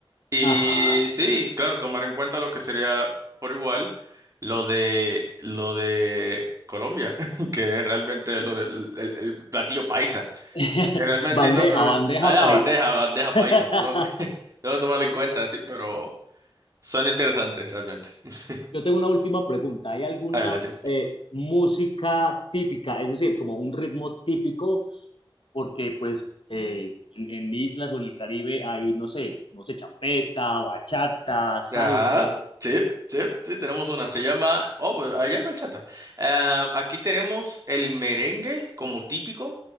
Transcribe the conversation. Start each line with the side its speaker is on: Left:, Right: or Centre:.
Right: Y
Left: Ajá.
Right: sí, claro, tomar en cuenta lo que sería por igual lo de lo de Colombia, <laughs> que es realmente lo del el- el platillo paisa.
Left: <laughs>
Right: que Realmente
Left: Bandeja,
Right: tiene una pl-
Left: bandeja
Right: ah, la
Left: país.
Right: bandeja, la bandeja paisa,
Left: <laughs>
Right: perdón. <laughs> Tengo que tomarlo en cuenta, sí, pero son interesantes realmente. <laughs>
Left: Yo tengo una última pregunta. ¿Hay alguna
Right: Adelante.
Left: eh, música típica, es decir, como un ritmo típico? Porque pues eh, en, en islas o en el Caribe hay, no sé, no sé, champeta, bachata, salsa.
Right: Ah, sí, sí, sí, tenemos una. Se llama. Oh, pues, allá hay bachata. Ah, aquí tenemos el merengue como típico.